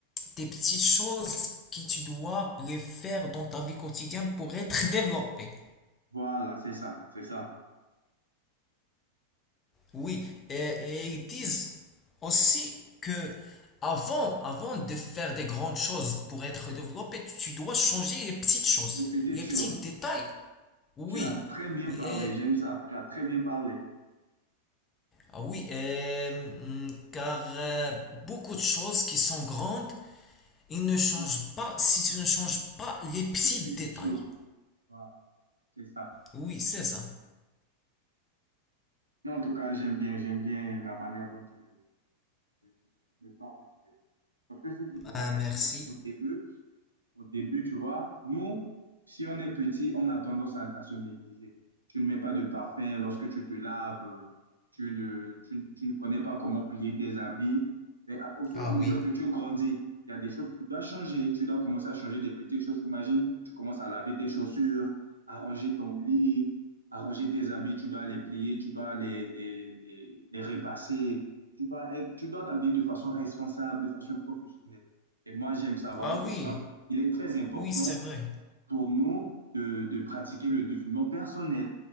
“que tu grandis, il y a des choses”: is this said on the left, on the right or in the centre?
Right